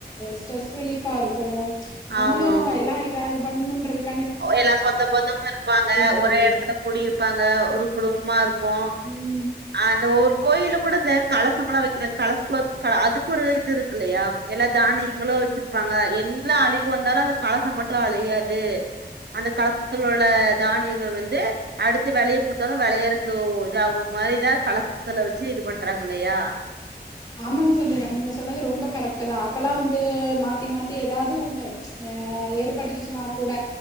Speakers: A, on the left; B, on the right.
A: ஸ்ட்ரெஸ் ரிலீஃபா இருக்கணு நம்மளு
B: ஆமா ஆமா
A: எல்லா தா இது பண்ணுன்றதுக்கு
B: எல்லா சொந்த பந்தமு இருப்பாங்க
A: வந்தது
B: ஒரே எடத்துல கூடிருப்பாங்க ஒரு குடும்பமா இருக்கு
A: ம்
B: அந்த ஒரு கோயில்லக் கூட இந்த கலசமுல்லா வெக்கிறாங்க கலசக்லோகல் அதுக் ஒரு இதுருக்குல்லயா எல்லா தானியிங்களு வச்சிர்ப்பாங்க என்ன அழிவு வந்தாலு அந்த கலச மட்டு அழியாது அந்த கலசத்துல உள்ள தானியங்கள் வந்து அடுத்து வெளைய போட்டாலு வெளையறக்கு ஓ இது ஆகு மாரிதா கலசத்துல வச்சி இது பண்றாங்கல்லயா
A: ஆமாங்க சொல்லி நீங்க சொன்னது ரொம்ப கரக்ட்டுதா அப்பல்லா வந்து மாத்தி மாத்தி எதாவ்து ஒன்னு ஆ ஏற்பட்ருச்சின்னாக் கூட